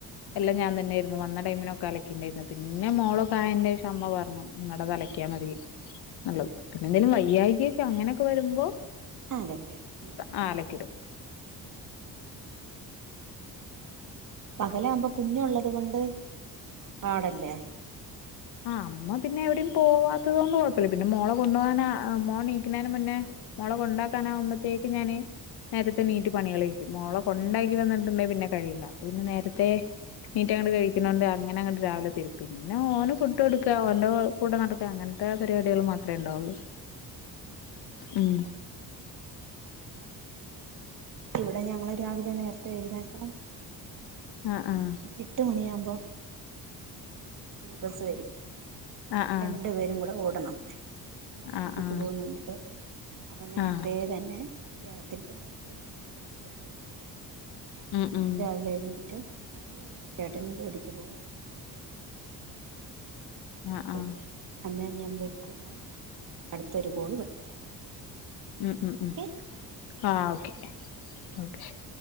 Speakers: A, on the left; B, on the right.
A: എല്ലാം ഞാൻ തന്നെയായിരുന്നു വന്ന ടൈമിനൊക്കെ അല ണ്ടായിന്ന് പിന്നെ മോളകായന്റെ
B: ഉം
A: ശേഷം അമ്മ പറഞ്ഞു നിങ്ങളടെ തലയ്ക്കിയാ മതി നല്ലത്
B: ഉം
A: പിന്നെ എന്തെങ്കലും വൈ്യാ കെക്കെ അങ്ങനെയൊക്കെ വരുമ്പോ
B: ആതക്ക ഉ <unintelligible>
A: ആഹ് അലക്കിടും.
B: പകലാവുമ്പോ കുഞ്ള്ളത് കൊണ്ട് പാടല്ലേ.
A: ആഹ് അമ്മ പിന്നെ എവിടിം പോവാത്തത് കൊണ്ട് കൊഴപ്പല്ല പിന്നെ മോളെ കൊണ്ടു പോകാൻ മോൾനീക്കുന്നന് മുന്നേ മോളെകൊണ്ടാക്കാനാ വു മ്പോത്തേക്ക് ഞാന്. നേരത്തെ നീറ്റ് പണികളയിക്കും മോള കൊണ്ടാക്കി വന്നിട്ടുണ്ടെങ്കി പിന്നെ കഴിയില്ല അപ്പ പിന്നെ നേരത്തെ നീറ്റ അങ്ങട്ട കഴിക്കുന്നോണ്ട് അങ്ങനെ അങ്ങട്ട് രാവിലെ തെരേക്ക് പിന്നെ മോനും ഫുട്ട് കൊ. ടുക്ക അവന്റെ കൂടെ നടക്കുക അങ്ങനത്തെ പരിപാടികൾ മാത്രമേ ഉണ്ടാവുള്ളു ഉം.
B: ഇവടെ ഞങ്ങള് രാവിലെ നേരത്തെ എഴുന്നേക്കണം.
A: ആഹ് ആഹ്.
B: എട്ട് മണിയാവുമ്പോ. കൂൾ ബസ്സ് വരും
A: ആഹ്
B: രണ്ടു പേരും കൂടെ ഓടണം. ഞാൻ
A: ആഹ്
B: ജോലിക്ക്
A: ആഹ് ആഹ്
B: പോകുന്നുണ്ട് അപ്പൊ നേരത്ത
A: ആഹ്
B: തന്നെ. രാത്രി തന്നെ ഒരുവിധം പണികളെല്ലാം തീർത്ത് വക്കും
A: ഉം ഉം
B: രാവിലെ എഴുന്നേറ്റ്. ചേട്ടനും ജോലിക്ക് പോകും
A: ആഹ് ആഹ്
B: ഓഹ് അന്നേ ഞാൻ വയ്ക്കുവാ അടുത്തൊരു കോള് വിളിക്കാം.
A: ഉം ഉം
B: ഓക്കെ
A: ഉം ആഹ്
B: ഓ
A: ഓക്കെ ഓക്കെ ശരി.